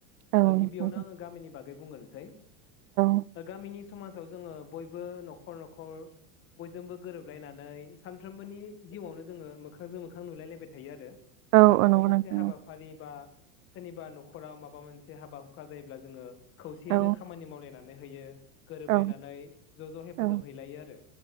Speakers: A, on the right; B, on the left.
A: औ
B: ओ गिबियावनो
A: नोंथां,
B: आङो गामिनि बागै बुंगोरनोसै
A: औ
B: गामिनि समाजाव जोङो बयबो न'खर न'खर बयजोंबो गोरोबलायनानै सानफ्रोमबोनि जिउआवनो जोङो मोखांजों मोखां नुलायलायबाय थायो आरो।
A: औ
B: दा
A: औ
B: माबा
A: नंगौ
B: मोनसे
A: नोंथां
B: हाबाफारि बा सोरनिबा न'खराव माबा मोनसे हाबा हुखा जायोब्ला जोङो खौसेयैनो
A: औ
B: खामानि मावलायनानै नो होयो। गोरोबलायनानै
A: औ
B: ज'- ज' हेफाजाब
A: औ
B: हैलायो आरो